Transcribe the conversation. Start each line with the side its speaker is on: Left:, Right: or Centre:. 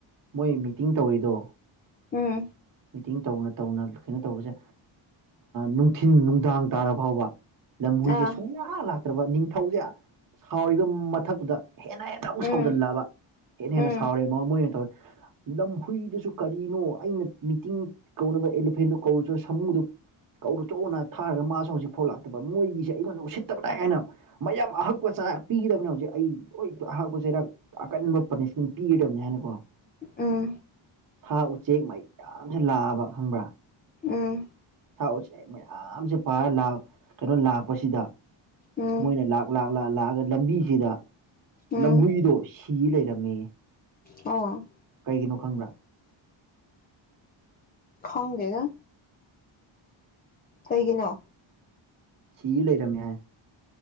Right: ꯃꯣꯏ ꯃꯤꯇꯤꯡ ꯇꯧꯔꯤꯗꯣ
Left: ꯎꯝ
Right: ꯃꯤꯇꯤꯡ ꯇꯧꯅ ꯇꯧꯅ ꯀꯩꯅꯣ ꯇꯧꯕꯁꯦ ꯅꯨꯡꯊꯤꯜ ꯅꯨꯡꯗꯥꯡ ꯇꯥꯔ ꯐꯥꯎꯕ ꯂꯝꯍꯨꯏꯁꯦ
Left: ꯑꯥ
Right: ꯁꯨꯡ ꯂꯥꯛ ꯂꯥꯛꯇ꯭ꯔꯕ ꯅꯤꯡ ꯊꯧꯁꯦ ꯁꯥꯎꯔꯤꯕ ꯃꯊꯛꯇꯨꯗ ꯍꯦꯟꯅ ꯍꯦꯟꯅ ꯑꯃꯨꯛ
Left: ꯎꯝ
Right: ꯁꯥꯎꯖꯜꯂꯛꯑꯕ ꯍꯦꯟꯅ ꯍꯦꯟꯅ
Left: ꯎꯝ
Right: ꯁꯥꯎꯔꯦ ꯃꯣꯏꯅ ꯇꯧ ꯂꯝꯍꯨꯏꯗꯨꯁꯨ ꯀꯔꯤꯅꯣ ꯑꯩꯅ ꯃꯤꯇꯤꯡ ꯀꯧꯅꯕ ꯑꯦꯂꯤꯐꯦꯟꯗꯨ ꯀꯧꯔꯨꯁꯨ ꯁꯥꯃꯨꯗꯨ ꯀꯧꯔꯨ ꯆꯣꯅ ꯊꯥꯔꯒ ꯃꯥꯁꯨ ꯍꯧꯖꯤꯛ ꯐꯥꯎ ꯂꯥꯛꯇꯕ ꯃꯣꯏꯒꯤꯁꯦ ꯑꯩꯉꯣꯟꯗ ꯎꯁꯤꯠꯇꯕꯅꯦ ꯍꯥꯏꯅ ꯃꯌꯥꯝ ꯑꯍꯛꯄ ꯄꯤꯒꯗꯕꯅꯦ ꯍꯧꯖꯤꯛ ꯑꯩ ꯂꯣꯏ ꯑꯍꯥꯛꯄꯁꯦꯗ ꯑꯀꯟꯕ ꯄꯥꯅꯤꯁꯃꯦꯟ ꯄꯤꯒꯗꯕꯅꯤ ꯍꯥꯏꯅꯀꯣ
Left: ꯎꯝ
Right: ꯁꯥ ꯎꯆꯦꯛ ꯃꯩ ꯌꯥꯝꯁꯦ ꯂꯥꯛꯑꯕ ꯈꯪꯕ꯭ꯔꯥ
Left: ꯎꯝ
Right: ꯁꯥ ꯎꯆꯦꯛ ꯃꯌꯥꯝꯁꯦ ꯄꯥꯔ ꯀꯩꯅꯣ ꯂꯥꯛꯄꯁꯤꯗ
Left: ꯎꯝ
Right: ꯃꯣꯏꯅ ꯂꯥꯛ ꯂꯥꯛ ꯂꯥꯛ ꯂꯥꯛꯑꯒ ꯂꯝꯕꯤꯁꯤꯗ
Left: ꯎꯝ
Right: ꯂꯝꯍꯨꯏꯗꯣ ꯁꯤ ꯂꯩꯔꯝꯃꯦ
Left: ꯑ
Right: ꯀꯒꯤꯅꯣ ꯈꯪꯕ꯭ꯔꯥ
Left: ꯈꯥꯣꯡꯒꯦꯒ ꯀꯩꯒꯤꯅꯣ
Right: ꯁꯤꯤ ꯂꯩ ꯔꯃꯦꯌꯥ